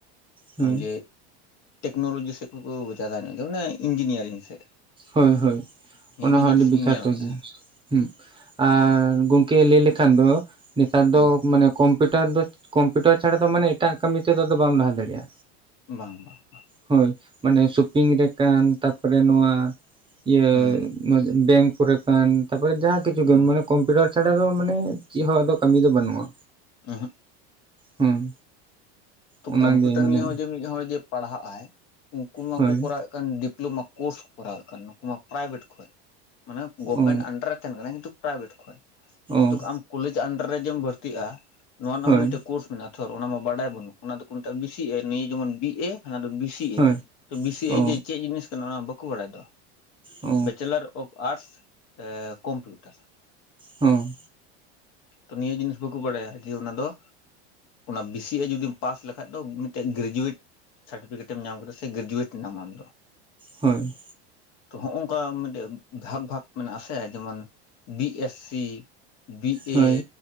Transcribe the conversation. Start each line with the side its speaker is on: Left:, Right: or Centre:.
Right: ᱦᱳᱭ
Left: ᱡᱮ ᱴᱮᱠᱱᱳᱞᱚᱡᱤ ᱥᱮᱫ ᱠᱷᱚᱡ ᱠᱚ ᱡᱟᱫᱟ ᱧᱚᱜ ᱜᱮᱭᱟ ᱢᱟᱱᱮ ᱤᱧᱡᱤᱱᱤᱭᱟᱨᱤᱝ ᱥᱮᱫ
Right: ᱦᱳᱭ ᱦᱳᱭ
Left: ᱱᱮᱜ
Right: ᱚᱱᱟ
Left: ᱱᱮ
Right: ᱦᱚᱸ
Left: ᱡᱤᱱᱤᱥ
Right: ᱟᱹᱰᱤ ᱵᱮᱠᱷᱟᱛᱚ
Left: ᱤᱧ ᱧᱮᱞ ᱟᱠᱟᱫᱟ᱾
Right: ᱜᱮᱭᱟ ᱦᱩᱸ ᱟᱨ ᱜᱚᱝᱠᱮ ᱞᱟᱹᱭ ᱞᱮᱠᱷᱟᱱ ᱫᱚ ᱱᱮᱛᱟᱨ
Left: ᱦᱩᱸ
Right: ᱫᱚ ᱢᱟᱱᱮ ᱠᱚᱢ ᱠᱚᱢᱯᱤᱴᱟᱨ ᱫᱚ ᱠᱚᱢᱯᱤᱭᱩᱴᱟᱨ ᱪᱷᱟᱲᱟ ᱫᱚ ᱢᱟᱱᱮ ᱮᱴᱟᱜ ᱠᱟᱢᱤ ᱛᱮᱫᱚ ᱵᱟᱢ ᱞᱟᱦᱟ ᱫᱟᱲᱮᱼᱟ᱾
Left: ᱵᱟᱝ ᱵᱟᱝ
Right: ᱦᱳᱭ ᱢᱟᱱᱮ ᱥᱚᱯᱤᱝ ᱨᱮ ᱠᱟᱱ ᱛᱟᱨᱯᱚᱨᱮ ᱱᱚᱣᱟ᱾ ᱤᱭᱟᱹ
Left: ᱦᱩᱸ
Right: ᱵᱮᱝᱠ ᱠᱚᱨᱮᱠᱟᱱ ᱛᱟᱯᱚᱨᱮ ᱡᱟᱦᱟᱸ ᱠᱤᱪᱷᱩ
Left: ᱦᱩᱸ
Right: ᱜᱮ ᱢᱟᱱᱮ ᱠᱚᱢᱯᱤᱭᱩᱴᱟᱨ ᱛᱟᱪᱷᱟᱲᱟ ᱫᱚ ᱢᱟᱱᱮ ᱪᱮᱫ ᱦᱚᱸ ᱟᱫᱚ ᱠᱟᱢᱤ ᱫᱚ ᱵᱟᱱᱩᱜᱼᱟ᱾
Left: ᱚᱦᱳᱜ
Right: ᱦᱩᱸ᱾
Left: ᱛᱚ
Right: ᱚᱱᱟᱜᱮ
Left: ᱠᱚᱢᱯᱤᱭᱩᱴᱟᱨ
Right: ᱢᱟᱱᱮ
Left: ᱱᱤᱭᱮ ᱦᱚᱸ ᱡᱮ ᱢᱤᱫ ᱦᱚᱲ ᱡᱮ ᱯᱟᱲᱦᱟᱜ ᱟᱭ ᱩᱱᱠᱩ ᱢᱟᱠᱚ
Right: ᱦᱳᱭ
Left: ᱠᱚᱨᱟᱣ᱾ ᱚᱱᱠᱟᱱ ᱰᱤᱯᱞᱳᱢᱟ ᱠᱳᱥ ᱠᱚᱨᱟᱣ ᱫᱚᱨᱠᱟᱨ ᱱᱩᱠᱩ ᱢᱟ ᱯᱨᱟᱭᱵᱷᱮᱴ ᱠᱷᱚᱡ ᱢᱟᱱᱮ ᱜᱚᱵᱷᱢᱮᱱᱴ
Right: ᱚ
Left: ᱟᱱᱰᱟᱨ᱾ ᱛᱟᱦᱮᱱ ᱠᱟᱱᱟ ᱠᱤᱱᱛᱩ ᱯᱨᱟᱭᱵᱷᱮᱴ ᱠᱷᱚᱡ
Right: ᱚ
Left: ᱠᱤᱱᱛᱩ ᱟᱢ ᱠᱚᱞᱮᱡᱽ ᱟᱱᱰᱟᱨ ᱨᱮ ᱡᱮ ᱵᱷᱚᱨᱛᱤᱜᱼᱟ ᱱᱚᱣᱟ ᱨᱮᱱᱟᱜ
Right: ᱦᱳᱭ
Left: ᱦᱚᱸ ᱢᱤᱫᱴᱮᱡ ᱠᱳᱥ ᱢᱮᱱᱟᱜᱼᱟ ᱛᱷᱚ ᱚᱱᱟ ᱢᱟ ᱵᱟᱰᱟᱭ ᱵᱟᱹᱱᱩᱜ ᱚᱱᱟ ᱫᱚᱠᱚ ᱢᱮᱛᱟᱜ ᱵᱤᱥᱤ ᱮ ᱱᱤᱭᱟᱹ ᱡᱮᱢᱚᱱ ᱵᱤ ᱮ ᱚᱱᱟ ᱫᱚ ᱵᱤᱥᱤ
Right: ᱦᱳᱭ
Left: ᱮ ᱛᱚ ᱵᱤᱥᱤ
Right: ᱚ
Left: ᱮ ᱡᱮ ᱪᱮᱫ ᱡᱤᱱᱤᱥ ᱠᱟᱱᱟ ᱚᱱᱟ ᱢᱟ ᱵᱟᱠᱚ ᱵᱟᱲᱟᱭ ᱫᱚ᱾
Right: ᱚ
Left: ᱵᱮᱪᱮᱞᱟᱨ ᱚᱯᱷ ᱟᱨᱥ ᱮ ᱠᱚᱢᱯᱤᱭᱩᱴᱟᱨ᱾
Right: ᱦᱚᱸ
Left: ᱛᱚ ᱱᱤᱭᱟᱹ ᱡᱤᱱᱤᱥ ᱵᱟᱠᱚ ᱵᱟᱰᱟᱭᱟ ᱡᱮ ᱚᱱᱟ ᱫᱚ ᱚᱱᱟ ᱵᱮᱥᱤ ᱮ ᱡᱩᱫᱤ᱾ ᱯᱟᱥ ᱞᱮᱠᱷᱟᱡ ᱫᱚ ᱢᱤᱫᱴᱮᱡ ᱜᱨᱮᱡᱩᱮᱴ ᱥᱟᱨᱴᱚᱯᱷᱤᱠᱮᱴ ᱮᱢ ᱧᱟᱢ ᱠᱮᱫᱟ ᱥᱮ ᱜᱨᱮᱡᱩᱣᱮᱴ ᱱᱟᱢ ᱟᱢ ᱫᱚ
Right: ᱦᱳᱭ
Left: ᱛᱚ ᱦᱚᱜᱝᱠᱟ ᱢᱤᱫᱴᱮᱡ ᱵᱷᱟᱜᱽ ᱵᱷᱟᱜᱽ ᱢᱮᱱᱟᱜ ᱟᱥᱮ ᱡᱮᱢᱚᱱ B S C B
Right: ᱦᱳᱭ
Left: A